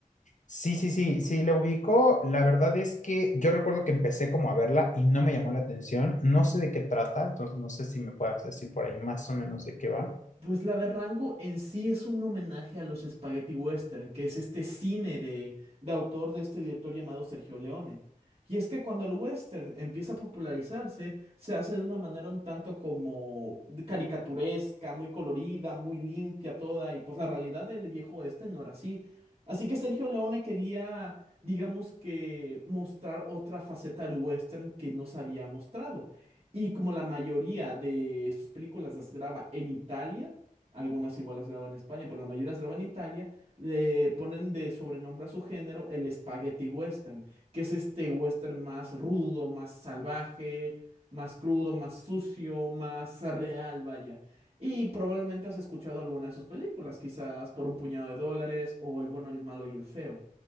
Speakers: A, on the left; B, on the right.
A: Sí, sí, sí, sí, la ubico. La verdad es que yo recuerdo que empecé como a verla y no me llamó la atención. No sé de qué trata, entonces no sé si me puedas decir por ahí más o menos de qué va.
B: Pues la de Rango en sí es un homenaje a los spaghetti western, que es este cine de, de autor de este director llamado Sergio Leone. Y es que cuando el western empieza a popularizarse, se hace de una manera un tanto como de caricaturesca, muy colorida, muy limpia toda, y pues la realidad del viejo oeste no era así. Así que Sergio Leone quería, digamos que, mostrar otra faceta del western que no se había mostrado. Y como la mayoría de sus películas las graba en Italia, algunas igual las graba en España, pero la mayoría las graba en Italia, le ponen de sobrenombre a su género el Spaghetti Western, que es este western más rudo, más salvaje, más crudo, más sucio, más real, vaya. Y probablemente has escuchado alguna de sus películas, quizás por un puñado de dólares o El bueno, el malo y el feo,